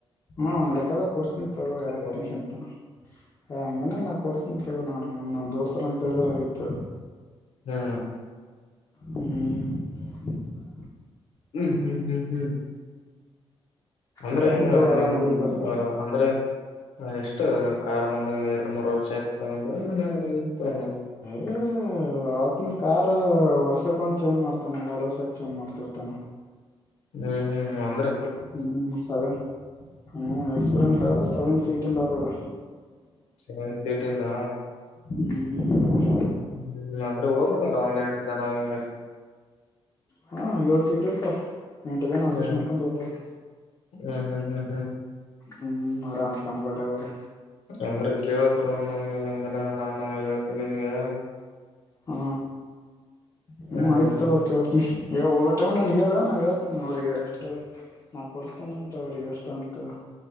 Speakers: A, on the left (about 30°); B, on the left (about 85°).
A: ಹ್ಮ ಒಂದ್ ಲೆಕ್ಕದಲ್ಲಿ ಕೊಡುಸ್ತೀನ್ ತಗೋ ಯಾಕ್
B: ತಗೋತಾನ
A: ಟೆನ್ಶನ್ ಹಾ ಹಂಗೇನಿಲ್ಲ ನಾ ಕೊಡುಸ್ತೀನಿ. ಅಯ್ಯೊ ನಾನು ನಮ್ಮ ದೋಸ್ತರ ಅಂತೇಳಿದ್ರೆ ಆಯ್ತು
B: ಹ್ಮ್
A: ಹ್ಮ್ <inaudible>
B: ಹ್ಮ್ ಹ್ಮ್ ಹ್ಮ್ ಹ್ಮ್ ಅಂದ್ರೆ
A: ಹೇಳ್ತಿನ್
B: ಏನು
A: ತಗೋ ಆರಾಮ್
B: ನಿಮ್
A: ಹೋಗಿ ಬರ್ಲಿ
B: ಅ ಅಂದ್ರೆ ಆ ಎಷ್ಟು ಕಾರ್ ಒಂದು ಎರಡ್ ಮೂರ್ ವರ್ಷ ಆಯ್ತು ತಗೊಂಡು ಆ ತಗೋಳ
A: ಇಯ್ ಅವತ್ತಿನ ಕಾರ್ ವರ್ಷಕ್ಕೆ ಒಂದು ಚೇಂಜ್ ಮಾಡ್ತಾನ ಎರಡು ವರ್ಷಕ್ಕೆ ಚೇಂಜ್ ಮಾಡ್ತಿರ್ತಾನ
B: ಹ್ಮ್ ಹ್ಮ್ ಅಂದ್ರ
A: ಹ್ಮ್ ಸವೆನ್ ಹ್ಮ್ ಎಕ್ಸ್ಪೀರಿಯನ್ಸ್ ಆದ್ರೆ ಸವೆನ್ ಸೀಟ್ ಹಿಂದಾದದ
B: ಸೆವೆನ್ ಸೀಟ ಇಂದ,
A: ಹ್ಮ್
B: ಹ್ಮ ಅಂದ್ರೆ ಹೋಗೋದಲ್ಲ ಒಂದೆಂಟು ಜನ ಹಂಗ.
A: ಹಾ, ಏಳು ಸೀಟ ಇರುತ್ತೆ. ಎಂಟ ಜನ ಅಡ್ಜಸ್ಟ್
B: ಹ್ಮ್
A: ಮಾಡ್ಕೊಂಡು ಹೋಗಬೋದು
B: ಹ್ಮ್ ಹ್ಮ್ ಹ್ಮ್ ಹ್ಮ್
A: ಹ್ಮ್ ಆರಾಮ ಕಂಫರ್ಟಬಲ್.
B: ಅಂದ್ರೆ, ಕೇಳೋ ಗುರು ನಮಗ ಒಂದ ದಿನ ನಾನು ಹೇಳ್ತೀನಿ ನಿನಗೆ.
A: ಹಾ ಹ್ಮ
B: ಹ್ಮ್
A: ಆಯ್ತ ತಗೋ ಕೇಳ್ತೀನಿ. ಹೋಗೋ ಟೈಮ್ ನನಗೆ ಹೇಳು ನಾ ಹೇಳ್ತೀನಿ ಅವ್ರಿಗೆ ಎಷ್ಟು ನಾ ಕೊಡುಸ್ತೀನಿ ಅಂತ ಅವ್ರಿಗೆ, ಎಷ್ಟ ಅಂತ.